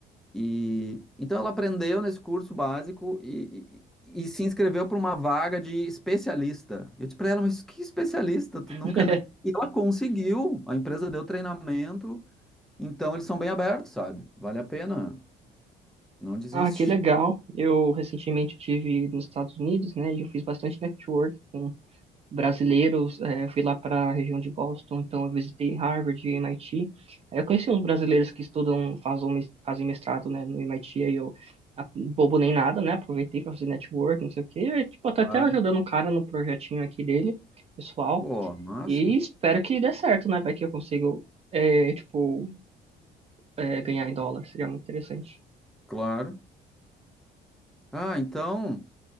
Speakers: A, in the centre; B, on the right (about 35°).
A: E então ela aprendeu nesse curso básico e, e, e se inscreveu para uma vaga de especialista. Eu disse para ela, mas que especialista? Tu
B: <laughs>
A: nunca nem. E ela conseguiu, a empresa deu treinamento, então eles são bem abertos, sabe? Vale a pena, não desiste.
B: Ah, que legal. Eu recentemente estive nos Estados Unidos, né? E eu fiz bastante network com brasileiros. eh, eu fui lá para a região de Boston, então eu visitei Harvard e MIT. Aí eu conheci uns brasileiros que estudam, fazem, mes- fazem mestrado, né, no MIT. Aí eu, a- bobo nem nada, né? Aproveitei para fazer network, não sei o quê. E, tipo, eu tipo, tô até
A: Claro.
B: ajudando o cara no projetinho aqui dele, pessoal.
A: Pô, massa.
B: E espero que dê certo, né? Vai que eu consigo, eh, tipo, eh, ganhar em dólar. Seria muito interessante.
A: Claro. Ah, então.